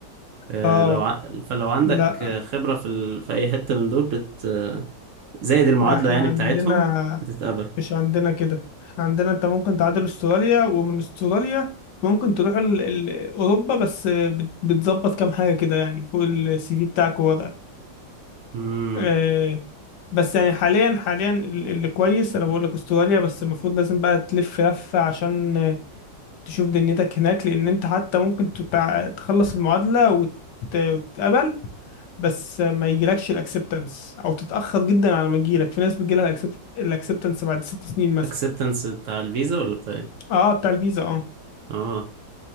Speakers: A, on the right (about 65°); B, on the left (about 70°).
A: آه،
B: اه
A: لو ع... فلو عندك
B: لا
A: آه، خبره في ال... في اي حته من دول بت... زائد المعادله
B: لا احنا
A: يعني
B: عندنا
A: بتاعتهم بتتقبل
B: مش عندنا كده احنا عندنا انت ممكن تعادل استراليا ومن استراليا ممكن تروح ال... ال... أوروبا بس بت- بتظبط كام حاجة كده يعني فوق السي في بتاعك ووضعك
A: امم
B: آه بس يعني حاليا حاليا ال- اللي كويس انا بقول لك استراليا بس المفروض لازم بقى تلف لفة عشان تشوف دنيتك هناك لان انت حتى ممكن تتع... تخلص المعادلة وت... وتتقبل بس ما يجيلكش الاكسبتنس او تتأخر جدا على ما تجيلك في ناس بتجيلها الأكسب- الاكسبتنس بعد ست سنين مثلا
A: اكسبتنس بتاع الفيزا ولا بتاع إيه؟
B: اه بتاع الفيزا اه
A: اه